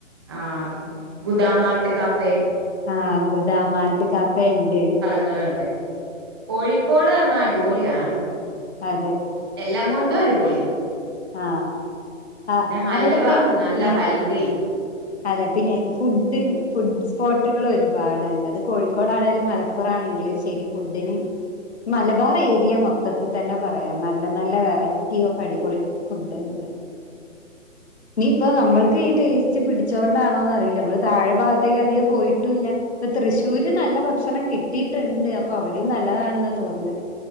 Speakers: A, on the right; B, on the left.
A: ആ ഗുദാമാട്ട് കാഫേ
B: ആ ഗുദാമാട്ട് കഫെയിണ്ട്
A: ങ്ങളണ്ട് കോഴിക്കോട് വന്നാ അടിപൊളിയാണ്.
B: അതെ
A: എല്ലാം കൊണ്ടും അടിപൊളിയാ
B: ആ അ
A: ഹൽവ
B: അവിടത്തെ
A: നല്ല
B: പിന്നെ
A: ഹൽവയും
B: അതെ പിന്നെ ഫുഡ് ഫുഡ് സ്പോട്ടുകളാരുപാടുണ്ട് അത് കോഴിക്കോടാണേലും മല പ്പറാണെങ്കിലും ശെരി ഫുഡിന്. മലബാറേരിയ മൊത്തത്തിൽ തന്നെ പറയാം നല്ല നല്ല വെറൈറ്റി ഓഫ് അടിപൊളി ഫുഡ്ണ്ട് നിപ്പ നമ്മൾക്ക്
A: പിന്നെ
B: ഈ ടേസ്റ്റ് പിടി ച്ചോണ്ടാണോന്നറിയില്ല മ്മള് താഴെ ഭാഗത്തേക്ക് അധികം പോയിട്ടുംല്ല. ഇപ്പൊ തൃശ്ശൂര് നല്ല ഭക്ഷണം കിട്ടിയിട്ടുണ്ട്. അപ്പൊ അവിടിം നല്ലതാണെന്നാ തോന്നുന്ന്